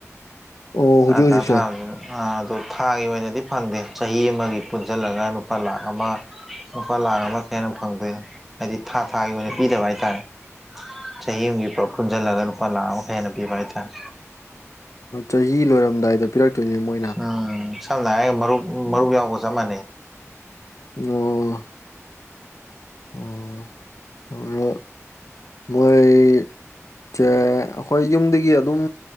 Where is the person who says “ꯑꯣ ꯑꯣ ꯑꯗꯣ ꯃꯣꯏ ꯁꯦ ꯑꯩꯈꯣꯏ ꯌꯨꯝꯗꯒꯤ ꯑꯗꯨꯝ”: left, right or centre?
Left